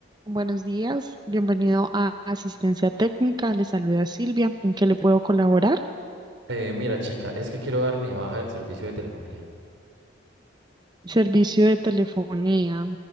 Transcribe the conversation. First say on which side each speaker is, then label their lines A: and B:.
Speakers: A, on the right (about 20°); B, on the right (about 80°).
A: Buenos días, bienvenido a Asistencia Técnica. Le saluda Silvia. ¿En qué le puedo colaborar?
B: Eh, mira, chica, es que quiero darme de baja del servicio de telefonía.
A: Servicio de telefonía.